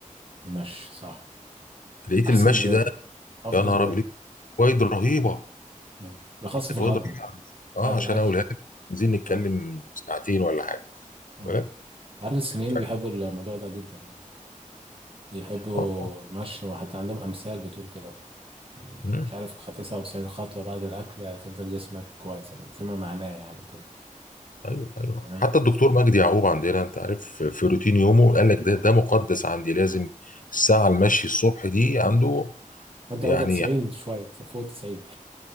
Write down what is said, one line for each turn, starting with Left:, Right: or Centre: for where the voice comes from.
Right: المشي صح
Left: لقيت
Right: احسن
Left: المشي
Right: رياضة
Left: ده
Right: افضل
Left: يا نهار
Right: رياضة
Left: ابيض لقيت فوائد رهيبه
Right: آه. بالاخص
Left: يعني
Right: في
Left: فوائد
Right: الهضم
Left: رهيبه اه
Right: بعد
Left: عشان
Right: الاكل
Left: اقولها لك عايزين نتكلم
Right: الهضم
Left: ساعتين ولا حاجه
Right: اه
Left: واخد بالك؟
Right: انت عارف الصينيين
Left: ف-
Right: بيحبوا الموضوع ده جدا يعني يحبوا
Left: آه. آه.
Right: المشي وحتى عندهم أمثال بتقول كده يعني
Left: مم.
Right: مش عارف خ- 99 خطوة بعد الأكل هتفضل جسمك كويس فيما معناه يعني كده
Left: ايوه ايوه
Right: تمام
Left: حتى الدكتور مجدي يعقوب عندنا انت عارف في في روتين يومه قال لك ده ده مقدس عندي لازم الساعه
Right: اه
Left: المشي الصبح دي عنده
Right: أنت
Left: يعني
Right: عودة 90 شوية فوق 90